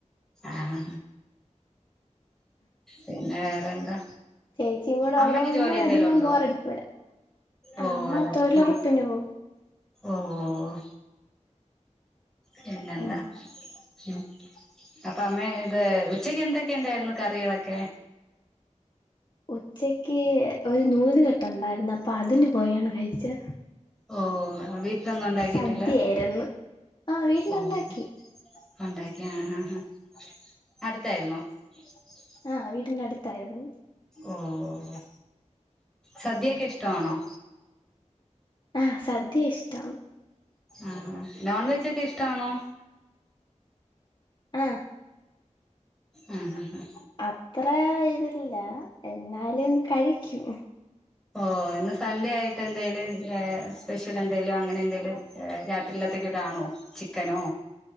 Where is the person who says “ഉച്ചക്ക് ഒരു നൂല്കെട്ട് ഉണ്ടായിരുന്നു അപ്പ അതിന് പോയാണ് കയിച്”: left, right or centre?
Left